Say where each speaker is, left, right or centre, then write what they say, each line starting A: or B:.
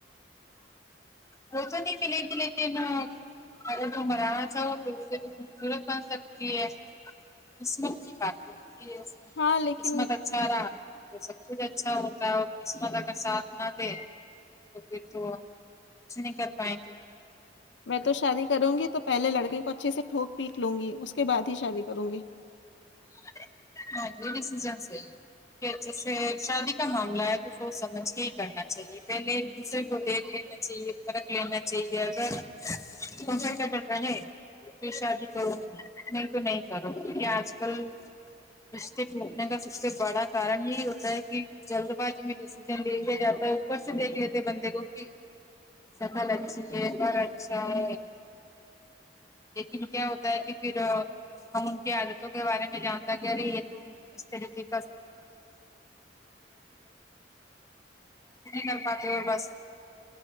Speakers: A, on the left; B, on the left.
A: وہ تو نہیں ملے گی لیکن ا <unintelligible> قسمت کی <unintelligible>
B: ہاں لیکن
A: قسمت اچھا رہا تو سب کچھ اچھا ہوتا ہے اور قسمت اگر ساتھ نہ دے تو پھر تو کچھ نہیں کر پائیں گے
B: میں تو شادی کروں گی تو پہلے لڑکے کو اچھے سے ٹھوک پیٹ لوں گی اس کے بعد ہی شادی کروں گی
A: <unintelligible> کہ اچھے سے شادی کا معاملہ ہے تو سوچ سمجھ کے ہی کرنا چاہیے پہلے ایک دوسرے کو دیکھ لینا چاہیے پرک لینا چاہیے اگر پسا کیا کر رہ ہے شادی کروں گی نہیں تو نہیں کرو یہ آج کل رشتے پٹنے کا سب سے بڑا کارن یہی ہوتا ہے کہ جلد باز میں ڈیسیزن لے لیا جاتا ہے اپر سے دیکھ لیتے بندے کو کہ سکل اچھی ہے گھر اچھا ہے لیکن کیا ہوتا ہے کہ پھر ہم ان کے کے بارے میں جانتا کہ ارے یہ تو <unintelligible> نہیں کر پاتے ہو بس